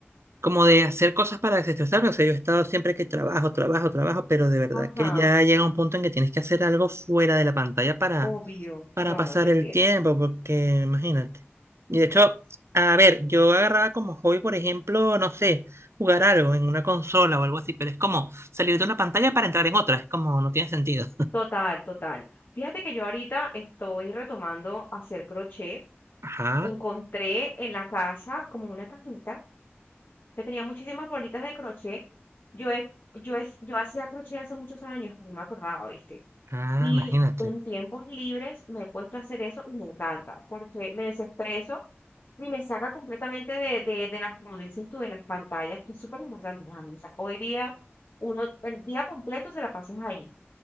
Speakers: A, on the right; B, on the left.
A: Como de hacer cosas para desestresarme. O sea, yo he estado siempre que trabajo, trabajo, trabajo, pero de verdad
B: Ajá,
A: que ya llega un punto en que tienes que hacer algo fuera de la pantalla para,
B: obvio.
A: para
B: No,
A: pasar
B: no, te entiendo.
A: el tiempo, porque imagínate. Y de hecho, a ver, yo agarraba como hobby, por ejemplo, no sé, jugar algo en una consola o algo así, pero es como salir de una pantalla para entrar en otra. Es como no tiene sentido.
B: Total, total. Fíjate que yo ahorita estoy retomando hacer crochet.
A: Ajá.
B: encontré en la casa como una cajita que tenía muchísimas bolitas de crochet. Yo, he- yo, he- yo hacía crochet hace muchos años, no me acordaba, ¿viste?
A: Ah,
B: Y
A: imagínate.
B: en tiempos libres me he puesto a hacer eso y me encanta, porque me desestreso y me saca completamente de, de, de las, como dices tú, de las pantallas, que es súper importante, Alejandro. O sea, hoy día, uno, el día completo se la pasas ahí.